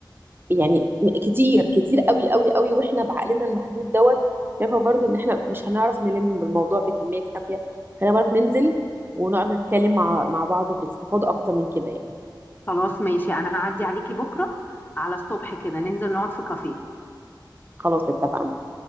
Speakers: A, on the right; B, on the left.
A: يعني م- كتير كتير قوي قوي قوي واحنا بعقلنا المحدود دوت شايفه برضو ان احنا مش هنعرف نلم بالموضوع بكميه كافيه هنعرف ننزل ونقعد نتكلم مع مع بعض باستفاضه اكتر من كده يعني
B: خلاص ماشي انا هعدي عليكي بكره على الصبح كده ننزل نقعد في كافيه
A: خلاص اتفقنا